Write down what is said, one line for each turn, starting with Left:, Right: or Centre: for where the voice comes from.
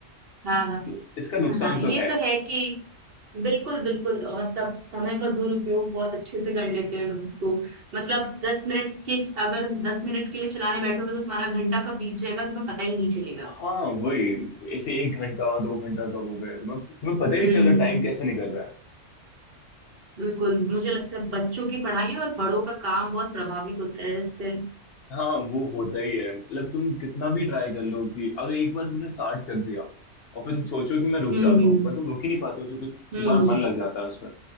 Right: हाँ हाँ
Left: तो इसका नुकसान
Right: हाँ ये
Left: तो है
Right: तो है कि बिल्कुल बिल्कुल और तब समय का दुरुपयोग बहुत अच्छे से कर लेते हैं लोग उसको मतलब दस मिनट के अगर दस मिनट के लिए चलाने बैठोगे तो तुम्हारा घंटा कब बीत जाएगा तुम्हें पता ही नहीं चलेगा
Left: हाँ वही ऐसे एक घंटा दो घंटा कब हो गए तुम्हें तुम्हें पता ही
Right: हम्म
Left: नहीं चल
Right: हम्म,
Left: रहा टाइम कैसे निकल रहा है
Right: बिल्कुल मुझे लगता है बच्चों की पढ़ाई और बड़ों का काम बहुत प्रभावित होता है इससे
Left: हाँ वो होता ही है मतलब तुम कितना भी ट्राई कर लो कि अगर एक बार तुमने स्टार्ट कर दिया और फिर तुम सोचो कि मैं रुक
Right: हम्म
Left: जाता हूँ पर तुम रुक ही नहीं पाते हो क्योंकि तुम्हारा
Right: हम्म
Left: मन लग जाता है उसमें